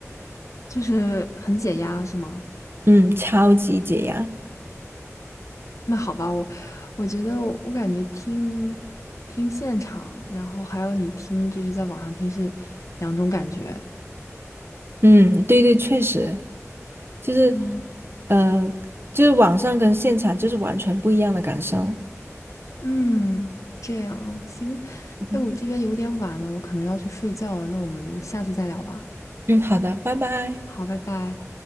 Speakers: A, on the left (about 75°); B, on the right (about 45°).
A: <laughs> 就是很解压，是吗？
B: 嗯，超级解压。
A: 那好吧，我我觉得我我感觉听听现场，然后还有你听就是在网上听是两种感觉。
B: 嗯，对对，确实就是，
A: 嗯
B: 呃，就是网上跟现场就是完全不一样的感受。
A: 嗯，这样行。
B: 嗯，
A: 哎，我这边有点晚了，我可能要去睡觉了。那我们下次再聊吧。
B: 嗯好的，拜拜。
A: 好，拜拜。